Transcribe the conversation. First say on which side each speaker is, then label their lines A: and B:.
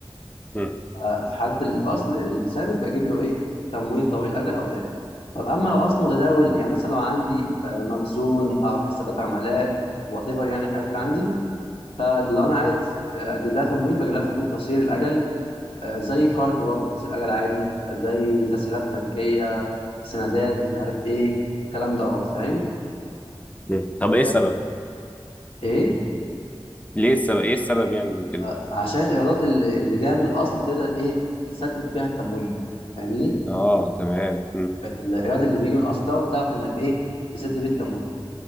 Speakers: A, on the left; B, on the left.
A: مم.
B: آه، في حاله الاصل الثابت بجيب له ايه تمويل طويل اجل او دائم طب اما لو اصل متداول
A: مم.
B: يعني مثلا لو عندي آه، مخزون او حسابات عملاء وات ايفر يعني الحاجات اللي عندي فلو انا عايز آه، اجيب لها تمويل بجيب لها تمويل قصير الاجل آه، زي كارد برضو قصير اجل عادي زي تسهيلات بنكيه سندات مش عارف ايه الكلام دوت فاهم
A: مم. طب ايه السبب
B: آه، ايه
A: ليه السبب ايه السبب يعني ممكن
B: آه، عشان الايرادات اللي اللي جايه من الاصل تقدر ايه تسدد بيها التمويل فاهمني
A: اه تمام
B: الايراد اللي بيجي من الاصل دوت تعرف انك ايه تسد بيه التمويل